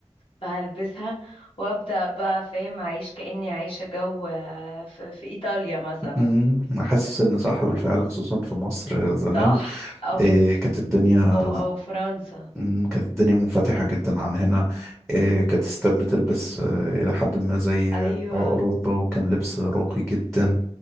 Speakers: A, on the left (about 50°); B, in the centre.
A: فهلبسها وابدا بقى فاهم اعيش كاني عايشه جو آه، في, في ايطاليا مثلا
B: أمم، أنا حاسس ان صح
A: و-
B: بالفعل خصوصا في مصر زمان
A: صح او
B: إيه كانت الدنيا
A: او, أو فرنسا
B: أمم، كانت الدنيا منفتحة جدا عن هنا إيه كانت الستات بتلبس آه، الى حد ما زي
A: ايوه
B: بتاع اوروبا وكان لبس راقي جدا